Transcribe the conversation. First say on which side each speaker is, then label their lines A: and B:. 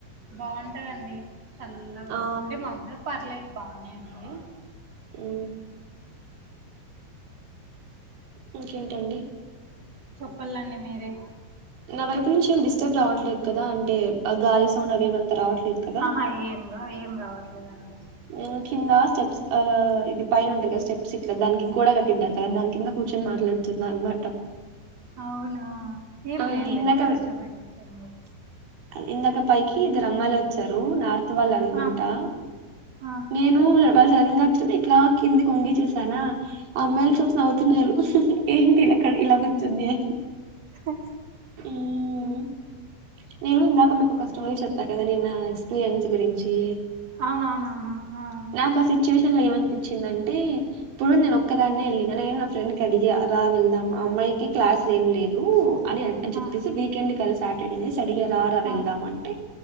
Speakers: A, on the right (about 35°); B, on the right (about 80°).
A: బాగుంటదండి చల్లగా
B: ఆ
A: అంటే మబ్బుల పర్లేదు బానే ఉంది
B: ఉ ఇంకేంటండి
A: చెప్పలండి మీరే
B: నా వైపు నుంచి ఏమి డిస్టర్బ్ రావట్లేదు కదా అంటే గాలి సౌండ్ అవిమంత రావట్లేదు కదా
A: ఆహా ఏం రా ఏం రావట్లేదు అండి
B: నేను కింద స్టెప్స్ ఆ ఇది పైన ఉంటది కదా స్టెప్స్ ఇట్లా దానికి గోడ కట్టింటారు తింటారు కదా దాని కింద కూర్చొని మాట్లాడు తున్న అనమాట
A: అవునా ఏం
B: ఆ
A: లేదు
B: ఇందాక
A: లేండి డిస్టర్బ్ ఏం లేదు
B: ఆ ఇందాక పైకి ఇద్దరు అమ్మాయిలు వచ్చారు నార్త్ వాళ్ళు అనుకుంటా
A: ఆ ఆ
B: నేను ఓ వాళ్ళు సడన్ గ వచ్చింటే ఇట్లా కింది కొంగి చూసానా ఆ అమ్మాయిలు చూసి నవ్వుతున్నారు ఏంటి ఇలా ఇక్కడ ఇలా కుచ్చుంది అని
A: అ
B: మ్మ్ నేను ఇందాక మీకు ఒక స్టోరీ చెప్పా కదండి నిన్న ఎక్స్పీరియన్స్ గురించి
A: అవునవునవును ఆ
B: నాకు ఆ సిచ్యువేషన్ లో ఏమనిపించిందంటే ఇప్పుడు నేను ఒక్కదాన్నే వెళ్ళిన నేను నా ఫ్రెండ్ కి అడిగి రా వెళ్దాం ఆ అమ్మాయికి క్లాసులు ఏం లేదు అని అని చెప్పేసి
A: ఆ
B: వీకెండ్ క సాటర్డేనేసి అడిగ రా రా వెళ్దాం
A: ఆ
B: అంటే